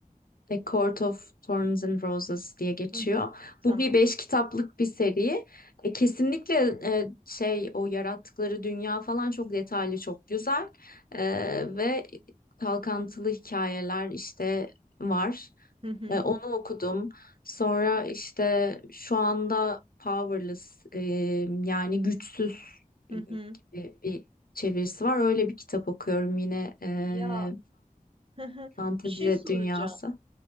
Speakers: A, on the left; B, on the right.
A: A Court of Thorns and Roses diye geçiyor.
B: Hı hı. Tamam.
A: Bu bir beş kitaplık bir seri. E, kesinlikle e, şey o yarattıkları dünya falan çok detaylı, çok güzel. E, ve kalkantılı hikayeler işte var.
B: Hı hı.
A: E, onu okudum. Sonra işte şu anda Powerless e, yani güçsüz e,
B: Hı
A: gibi
B: hı.
A: bir çevirisi var. Öyle bir kitap okuyorum yine e,
B: Ya hı hı.
A: Fantezi
B: Bir şey soracağım.
A: dünyası.